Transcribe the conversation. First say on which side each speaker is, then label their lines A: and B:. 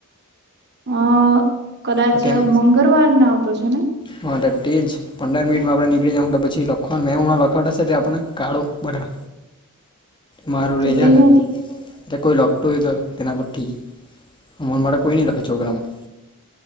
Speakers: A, on the right (about 50°); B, on the left (about 20°).
A: અ કદાચ
B: તો તેમ
A: મંગળવારને આવતો છે ને.
B: હા તો તે જ પંદર મિનિટમાં આપણે નીકળી જ તો પછી લખવા મેમાં લખાડાશે તે આપણે કાળો બધ. મારું
A: તો
B: રેજ.
A: તે હું
B: એટલે કોઈ લખતું હોય તો તેના પર થી અમર માટે કોઈ નહીં લખે છોકરામાં